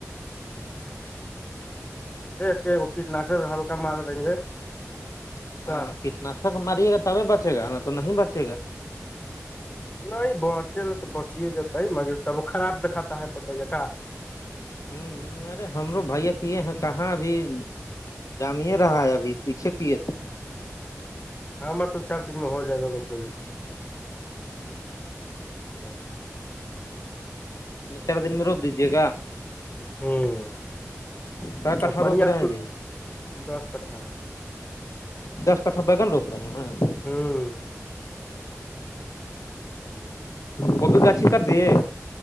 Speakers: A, on the left (about 30°); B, on the left (about 80°).
A: ایک کہ وہ کیٹناشک ہلکا مارے رہیں گے
B: <inaudible>
A: کیا <inaudible>
B: ہوں ارے ہمرو بھائییا کی ہیں کہاں بھی جامے رہا ہے ابھی پیچھے کیے تھے
A: ہاں ہمار تو چار دن میں ہو جائے <inaudible> روکنے ہ
B: چار دن میں روک دیجیے گا
A: ہم <inaudible>
B: کا کٹھا روپ رہے ہیں جی دس کٹھا بگن روپ رہے ہیں ہیں
A: ہاں
B: بدو چاچی کر دی ہے